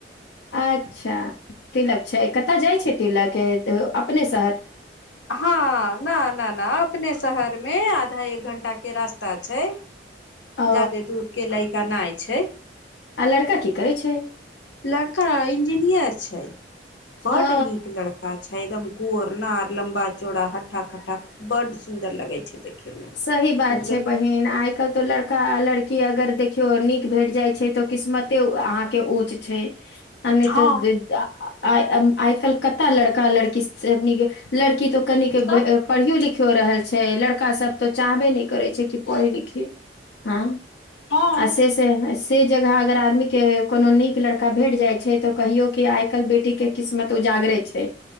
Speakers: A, on the left; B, on the left.
A: अच्छा, तिलक छै, कत जाइ छै तिलक, अपने से
B: हां, न न न अपने शहरमे आधा एक घंटा के रास्ता छै।
A: ओ
B: जादे दुर के लय तेनाइ छै।
A: आ लड़का कि करै छै?
B: लड़का इंजिनियर छै। बड
A: ओ
B: निक लड़का छै एकदम गोर नार लम्बा चौड़ा हट्ठा कट्ठा बड सुंदर लगै छै। देखे मे
A: सही बात
B: मतलब
A: छै बहिन, आइ काल्हि त लड़का आ लड़की अगर देखियौ नीक भेट जाइ छै त किस्मते अहांके उंच छै। आ नै
B: हँ
A: त दि दा आइ आइ काल्हि कत लड़का लड़की से अपनी के लड़की त कनिके
B: तऽ
A: पढ़ियो लिख हो रहल छै लड़का सब त चाहबे नै करै छै कि पढ़ी लिखी, हां।
B: हँ
A: आ से से तै जगह अगर आदमी के कोनो नीक लड़का भेट जाइ छै त कहियो कि आइ काल्हि बेटी के किस्मत उजागरे छै।